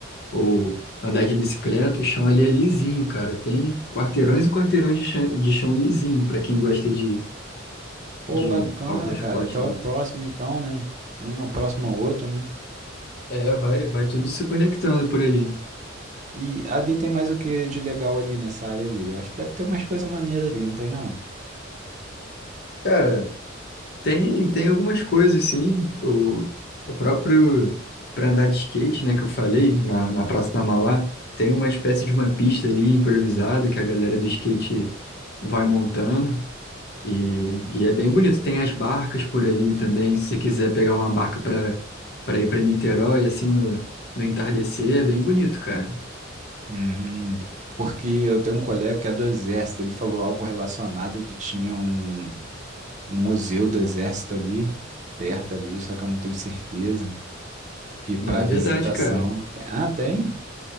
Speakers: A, on the left; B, on the right.
A: ou andar de bicicleta, o chão ali é lisinho, cara. Tem quarteirões e quarteirões de chão, de chão lisinho para quem gosta de,
B: Pô,
A: de
B: bacana,
A: algum esporte
B: cara. Então
A: mesmo.
B: é próximo então, né? Uma próxima a outra, né?
A: É, vai, vai tudo se conectando por ali.
B: E ali tem mais o que de legal ali nessa área ali? Eu acho que deve ter umas coisas maneiras ali, não tem não?
A: Cara, Tem, tem algumas coisas, sim. O, o próprio para andar de skate, né, que eu falei, na,
B: Hum,
A: na Praça da Mauá, tem uma espécie de uma pista ali improvisada que a galera do skate vai montando. E, e é bem bonito. Tem as barcas por ali também. Se você quiser pegar uma barca para para ir para Niterói, assim, no, no entardecer, é bem bonito, cara.
B: hum, porque eu tenho um colega que é do exército, ele falou algo relacionado que tinha um, um museu do exército ali, perto ali, só que eu não tenho certeza, que para
A: Não é
B: visitação...
A: verdade, cara.
B: Ah, tem?